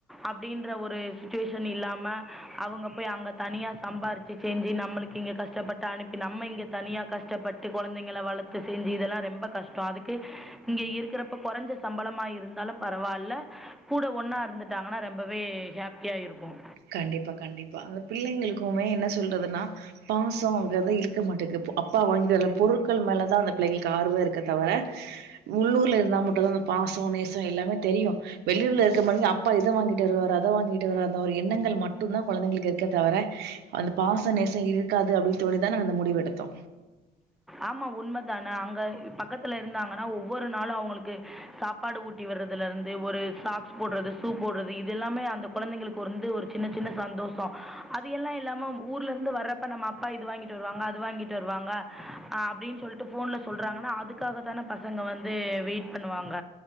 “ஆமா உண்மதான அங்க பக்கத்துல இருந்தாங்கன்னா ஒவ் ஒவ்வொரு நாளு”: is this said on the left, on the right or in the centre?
Centre